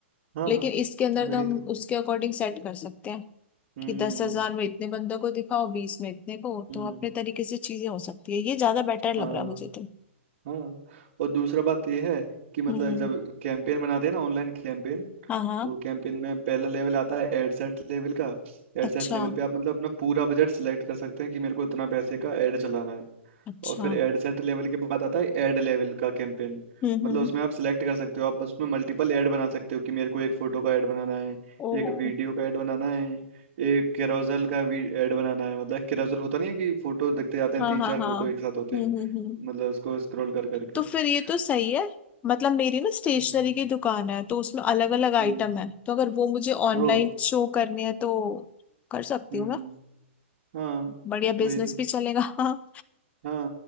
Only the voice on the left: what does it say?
लेकिन इसके अंदर
तो हम
उसके अकॉर्डिंग सेट कर सकते हैं
कि दस हजार में इतने बंदों को दिखाओ बीस में इतने को
तो अपने तरीके से चीजें हो सकती है ये ज्यादा बेटर लग
रहा है मुझे तो
हम्म
हाँ हाँ
अच्छा
अच्छा
हम्म
हम्म
ओ
हाँ
हाँ
हाँ
हम्म
हम्म हम्म
तो
फिर ये तो सही है मतलब मेरी ना स्टेशनरी
की दुकान है तो उसमें अलग अलग आइटम
है तो अगर वो मुझे ऑनलाइन
शो करने हैं तो कर सकती
हूँ ना
बढ़िया
बिजनेस
भी चलेगा <laughs>